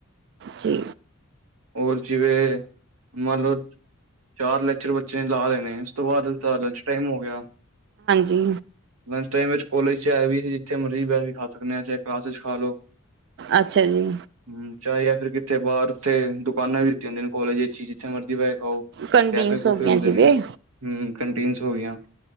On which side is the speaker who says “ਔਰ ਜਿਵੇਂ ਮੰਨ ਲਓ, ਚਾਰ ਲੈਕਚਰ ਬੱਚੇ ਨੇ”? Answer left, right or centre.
Right